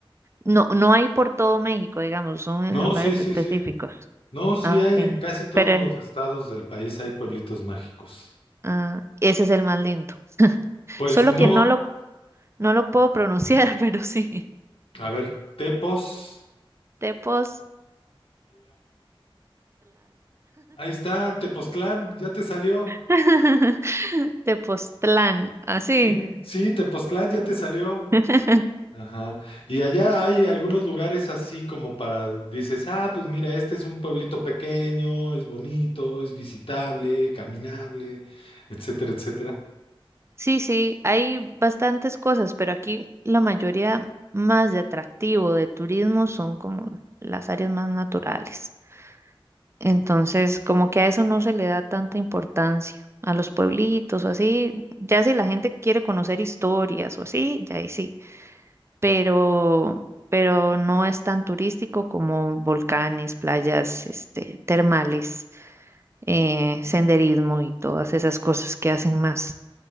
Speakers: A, on the right (about 30°); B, on the left (about 75°).
A: no, no hay por todo México, digamos, son en
B: No,
A: lugares
B: sí, sí,
A: específicos.
B: sí. No, sí
A: Ah,
B: hay
A: ok.
B: en casi todos
A: Pero
B: los estados del país hay pueblitos mágicos.
A: ah, ese es el más lindo.
B: Pues
A: Solo
B: no,
A: que no lo, no lo puedo pronunciar, <laughs> pero sí.
B: a ver, Tepoztlán.
A: Tepoztlán.
B: Ahí está, Tepoztlán, ya te salió.
A: <laughs> Tepoztlán, así.
B: Sí, sí, Tepoztlán ya te salió.
A: <laughs>
B: Ajá. Y allá hay algunos lugares así como para, dices, ah, pues mira, este es un pueblito pequeño, es bonito, es visitable, caminable, etcétera, etcétera.
A: Sí, sí, hay bastantes cosas, pero aquí la mayoría más de atractivo de turismo son como las áreas más naturales. Entonces, como que a eso no se le da tanta importancia, a los pueblitos o así, ya si la gente quiere conocer historias o así, ya ahí sí, pero, pero no es tan turístico como volcanes, playas, este, termales, eh, senderismo y todas esas cosas que hacen más,